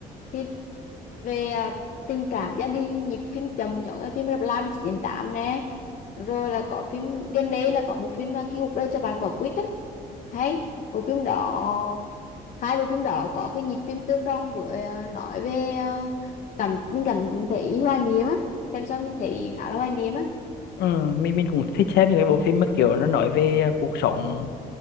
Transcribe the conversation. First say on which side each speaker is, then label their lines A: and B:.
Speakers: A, on the left; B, on the left.
A: thích về à, tình cảm gia đình nhịp phim chậm giống như phim Rap Lam 1998 nè rồi là có phim gần đây là có bộ phim mà khi cuộc đời cho bạn quả quýt á hay bộ phim đó hai bộ phim đó có cái nhịp phim tương đồng với ờ, nói về ờ, cảm mình cảm thấy hoài niệm á xem xong mình thấy khá là hoài niệm á
B: ừ, mình mình cũng thích xem những cái bộ phim mà kiểu nó nói về à, cuộc sống